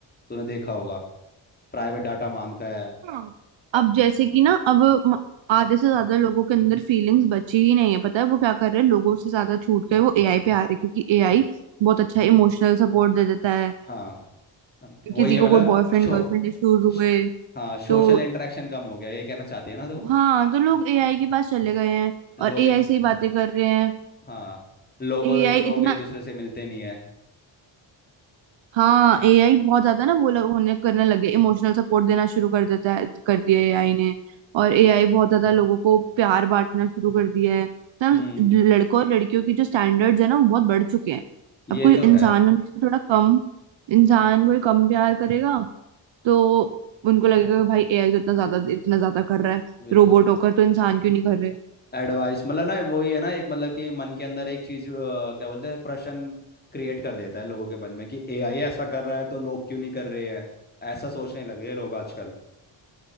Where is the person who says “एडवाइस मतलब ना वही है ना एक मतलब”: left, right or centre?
Left